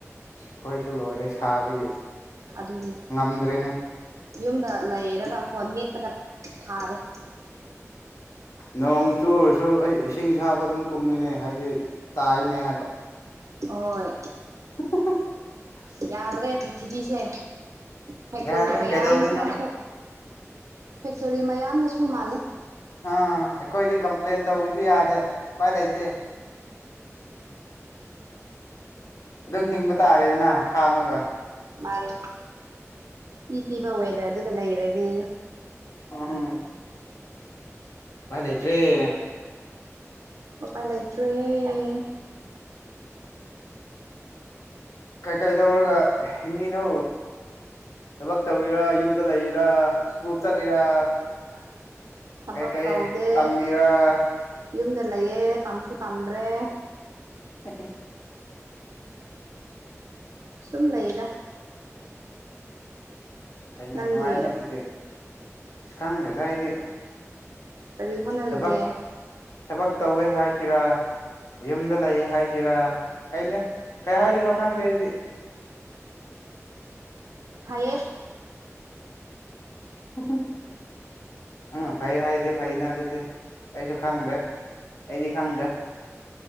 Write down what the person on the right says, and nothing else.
ꯑꯗꯨꯅꯦ
ꯌꯨꯝꯗ ꯂꯩꯔꯒ ꯐꯣꯟ ꯃꯦꯠꯄꯗ ꯐꯥꯔꯦ
ꯍꯣꯏ
ꯌꯥꯗ꯭ꯔꯦ ꯄ꯭ꯔꯤꯊꯤꯕꯤꯁꯦ ꯐꯦꯛꯇꯣꯔꯤ
ꯃꯌꯥꯝꯁꯤꯅꯁꯨ
ꯐꯦꯛꯇꯣꯔꯤ ꯃꯌꯥꯝꯅꯁꯨ ꯃꯥꯜꯂꯤ꯫
ꯃꯥꯏ ꯏ ꯄꯤꯕ ꯋꯦꯗꯔꯗꯨꯗ ꯂꯩꯔꯒꯦꯌꯨ
ꯎꯄꯥꯥꯏ ꯂꯩꯇ꯭ꯔꯦꯌꯦ ꯫
ꯊꯕꯛ
ꯇꯧꯗꯦ
ꯌꯨꯝꯗ ꯂꯩꯌꯦ ꯇꯝꯁꯨ ꯇꯝꯗ꯭ꯔꯦ꯫
ꯁꯨꯝ ꯂꯩꯗ
ꯅꯪꯗꯤ
ꯀꯔꯤ ꯍꯣꯠꯅꯔꯤꯒꯦ
꯫
ꯐꯌꯦ